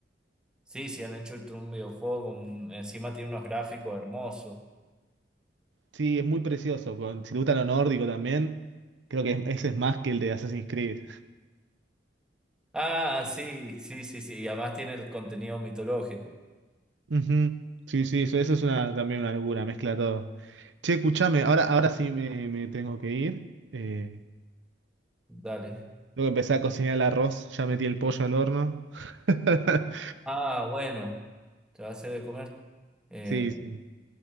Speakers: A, in the centre; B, on the right.
A: Sí, sí, han hecho este, un videojuego con... Encima tiene unos gráficos hermosos.
B: Sí, es muy precioso. con- Si te gusta lo nórdico también, creo que es- ese es más que el de Assassin's Creed.
A: Ah, sí, sí, sí, sí. y Además tiene el contenido mitológico.
B: Ujú. Sí, sí, eso, eso es una, también una locura, mezcla todo. Che, escuchame, ahora, ahora sí me, me tengo que ir. Eh,
A: Dale.
B: tengo que empezar a cocinar el arroz, ya metí el pollo al horno. <laughs>
A: Ah, bueno. Te va a hacer de comer. Eh,
B: Sí, sí.